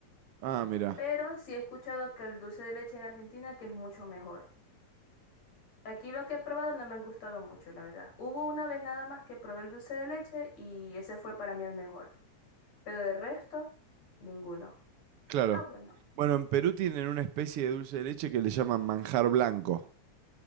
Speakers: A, on the right; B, on the left.
A: Ah, mira,
B: pero sí he escuchado que el dulce de leche en Argentina que es mucho mejor. Aquí lo que he probado no me han gustado mucho, la verdad. Hubo una vez nada más que probé el dulce de leche y ese fue para mí el mejor, pero de resto, ninguno.
A: claro.
B: Ah, bueno.
A: Bueno, en Perú tienen una especie de dulce de leche que le llaman manjar blanco.